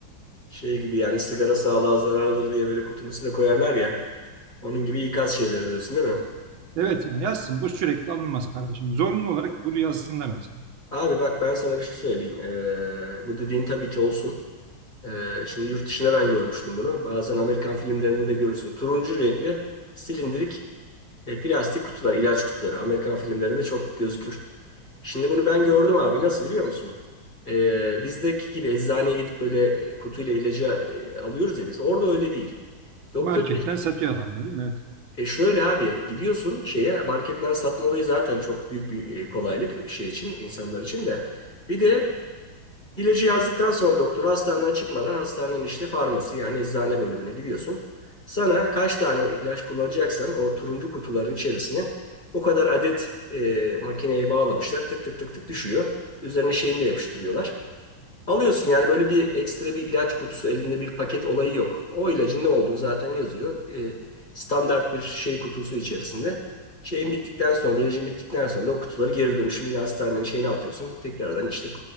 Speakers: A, on the left; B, on the right.
A: Şey gibi yani sigara sağlığa zararlıdır diye böyle kutunun üstüne koyarlar ya. Onun gibi ikaz şeyleri diyorsun değil mi?
B: Evet yani yazsın bu sürekli alınmaz kardeşim. Zorunlu olarak bunu yazsınlar mesela.
A: Abi bak ben sana bir şey söyleyeyim. Ee, bu dediğin tabii ki olsun. Ee, şimdi yurt dışında ben görmüştüm bunu. Bazen Amerikan filmlerinde de görürsün. Turuncu renkli silindirik e, plastik kutular, ilaç kutuları. Amerikan filmlerinde çok gözükür. Şimdi bunu ben gördüm abi. Nasıl biliyor musun? Ee, bizdeki gibi eczaneye gidip böyle e, kutuyla ilacı e, alıyoruz ya biz. Orada öyle değil. Doktor
B: Marketten satıyor adamlar değil mi? Evet.
A: E şöyle abi gidiyorsun şeye marketten satma olayı zaten çok büyük bir e, kolaylık şey için insanlar için de. Bir de ilacı yazdıktan sonra doktor hastaneden çıkmadan hastanenin işte farmasi yani eczane bölümüne gidiyorsun. Sana kaç tane ilaç kullanacaksan o turuncu kutuların içerisine o kadar adet e, makineye bağlamışlar tık tık tık tık düşüyor. Üzerine şeyini de yapıştırıyorlar. Alıyorsun yani böyle bir ekstra bir ilaç kutusu elinde bir paket olayı yok. O ilacın ne olduğu zaten yazıyor. Ee, standart bir şey kutusu içerisinde. Şeyin bittikten sonra ilacın bittikten sonra da o kutuları geri dönüşüm yine hastanenin şeyine atıyorsun. Tekrardan işte